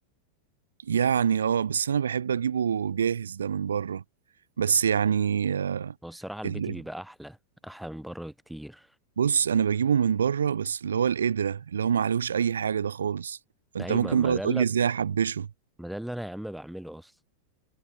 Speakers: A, on the right; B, in the centre.
A: يعني اه بس انا بحب اجيبه جاهز ده من بره بس يعني آه،
B: هو الصراحه البيت
A: ال-
B: بيبقى احلى احلى من بره بكتير
A: بص انا بجيبه من بره بس اللي هو القدرة اللي هو ما عليهوش اي حاجة ده خالص فانت
B: ايوه
A: ممكن
B: ما ما
A: بقى
B: ده
A: تقول
B: اللي
A: لي ازاي احبشه
B: ما ده اللي انا يا عم بعمله اصلا